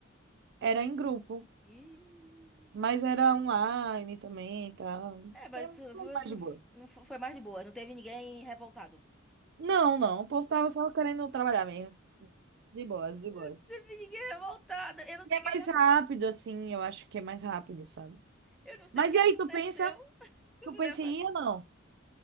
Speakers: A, on the right; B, in the centre.
A: Era em grupo,
B: Ih,
A: mas era online também e tal.
B: é, mas
A: Era
B: eh, foi-
A: mais
B: não,
A: de boa.
B: f- não f- foi mais de boa. Não teve ninguém revoltado.
A: Não, não. O povo tava só querendo trabalhar mesmo. De boas, de boas.
B: Não teve ninguém revoltado. Eu não
A: E
B: sei
A: é
B: o que,
A: mais
B: acon-
A: rápido, assim, eu acho que é mais rápido, sabe?
B: eu não sei
A: Mas
B: o que
A: e
B: aconteceu
A: aí, tu pensa,
B: <laughs>
A: tu pensa
B: nessa.
A: em ir ou não?